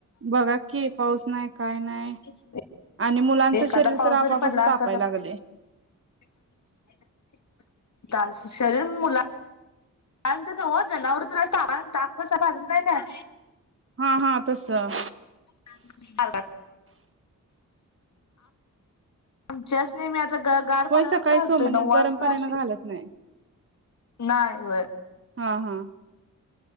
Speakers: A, on the right; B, on the left.
A: बघा कि पाऊस नाय काय नाय.
B: <unintelligible>
A: आणि मुलांचं
B: एखादा
A: शरीर
B: पाऊस
A: तर
B: जरी
A: आपोआपच
B: पडला
A: असं
B: असता
A: तापायला
B: तर
A: लागलय.
B: <unintelligible> <unintelligible> शरीर मुलांना. त्यांचं नव्हं जनावरं तर अशी <unintelligible> ताप कसा भाजत नाही काय?
A: हा हा तसं
B: <unintelligible> आमच्याच नेहमी आता. गार
A: होय
B: पाण्यान
A: सकाळी
B: घालतोय
A: सोमनी
B: नऊ वाजता
A: गरम पाण्यानं
B: अशी.
A: घालत नाही
B: नाही होय
A: हां हां